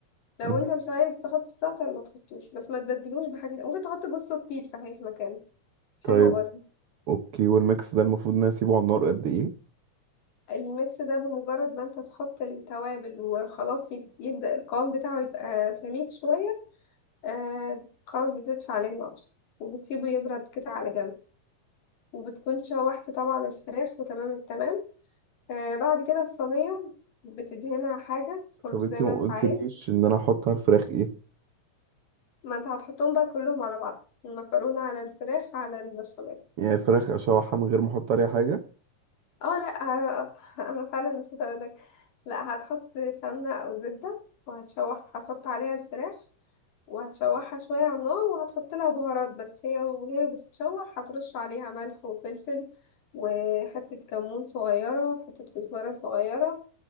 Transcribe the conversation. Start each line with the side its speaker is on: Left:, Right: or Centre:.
Left: لو
Right: مهم.
Left: انت مش عايز تحط الزعتر ما تحطوش بس ما تبدلوش بحاجة ممكن تحط جوز الطيب صحيح مكانه حلوة
Right: طيب
Left: برضه
Right: اوكي والميكس ده المفروض ان انا اسيبه على النار قد ايه
Left: الميكس ده بمجرد ما انت تحط التوابل وخلاص يب- يبدأ القوام بتاعه يبقى سميك شوية آه خلاص بتدفع عليه النار وبتسيبه يبرد كده على جنب وبتكون شوحت طبعا الفراخ وتمام التمام آه بعد كده في صينية بتدهنها حاجة برضو
Right: طب انتي
Left: زي ما
Right: ما
Left: انت
Right: قلتليش
Left: عايز
Right: ان انا احط على الفراخ ايه
Left: ما انت هتحطهم بقى كلهم على بعض المكرونة على الفراخ على البشاميل
Right: يعني الفراخ اشوحها من غير ما احط عليها حاجة
Left: اه لا آه، <laughs> انا فعلا نسيت اقولك لا هتحط سمنة او زبدة وهتشوح هتحط عليها الفراخ وهتشوحها شوية على النار وهتحط لها بهارات بس هي وهي بتتشوح هترش عليها ملح وفلفل وحتة كمون صغيرة حتة كزبرة صغيرة